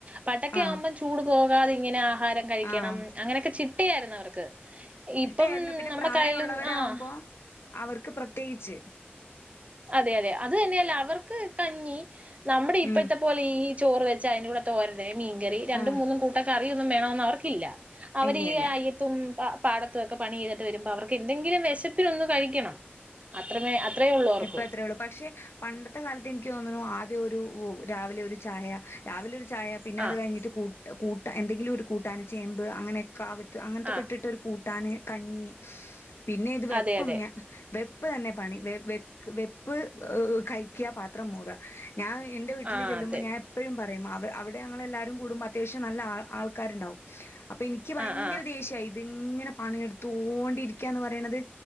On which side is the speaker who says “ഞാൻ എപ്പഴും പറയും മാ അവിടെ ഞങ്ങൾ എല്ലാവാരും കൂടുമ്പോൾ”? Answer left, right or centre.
Left